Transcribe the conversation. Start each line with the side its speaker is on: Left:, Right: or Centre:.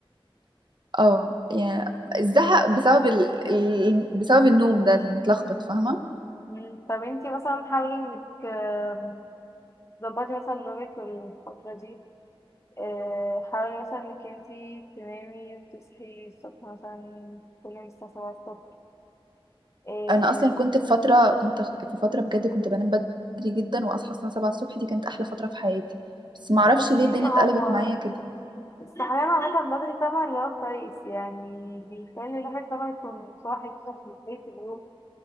Right: اه يعني الزهق بسبب ال... ال... بسبب النوم ده المتلخبط فاهمة
Left: مم. طب انتي مثلا حاولي انك آم، تظبطي مثلا نومك الفترة دي آه، حاولي مثلا انك انتي تنامي وتصحي الصبح مثلا كل يوم الساعة 7 الصبح آه،
Right: انا اصلا كنت في فتره كنت في فتره بجد كنت بنام بدري جدا واصحى الساعه 7 الصبح دي كانت احلى فتره في حياتي بس ما اعرفش
Left: بصي
Right: ليه الدنيا
Left: هو
Right: اتقلبت معايا كده
Left: الصحيان عامة بدري طبعا اللي هو كويس يعني بيخلي الواحد طبعا يكون صاحي كده في بداية اليوم